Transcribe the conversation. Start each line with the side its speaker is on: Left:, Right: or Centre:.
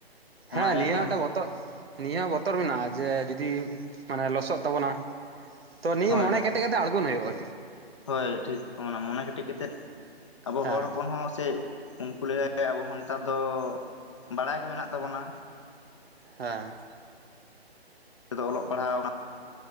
Left: ᱚᱱᱟ
Right: ᱦᱮᱸ
Left: ᱤᱭᱟᱹ
Right: ᱱᱤᱭᱟᱹ
Left: ᱛᱮᱦᱚᱸ?
Right: ᱢᱤᱫᱴᱟᱝ ᱱᱤᱭᱟᱹ ᱦᱚ ᱵᱚᱛᱚᱨ ᱢᱮᱱᱟᱜᱼᱟ ᱡᱮ ᱡᱩᱫᱤ ᱢᱟᱱᱮ ᱞᱚᱥᱚᱜ ᱛᱟᱵᱚᱱᱟ᱾ ᱛᱚ ᱱᱤᱭᱟᱹ
Left: ᱦᱳᱭ
Right: ᱢᱚᱱᱮ
Left: ᱦᱳᱭ
Right: ᱠᱮᱴᱮᱡ ᱠᱟᱛᱮ ᱟᱬᱜᱚᱱ ᱦᱩᱭᱩᱜᱼᱟ᱾
Left: ᱦᱳᱭ ᱴᱷᱤᱠ ᱚᱱᱟ ᱢᱚᱱᱮ ᱠᱟᱹᱴᱤᱡ ᱠᱟᱛᱮᱫ ᱟᱵᱚ
Right: ᱦᱮᱸ
Left: ᱦᱚᱲ ᱦᱚᱯᱚᱱ ᱦᱚᱸ ᱥᱮ ᱩᱱᱠᱩ ᱞᱮᱠᱟ ᱜᱮ ᱟᱵᱚ ᱦᱚᱸ ᱱᱮᱛᱟᱨ ᱫᱚ ᱵᱟᱲᱟᱭ ᱠᱚ ᱢᱮᱱᱟᱜ ᱛᱟᱵᱚᱱᱟ᱾
Right: ᱦᱮᱸ᱾
Left: ᱛᱮᱫᱚ ᱚᱞᱚᱜ ᱯᱟᱲᱦᱟᱣ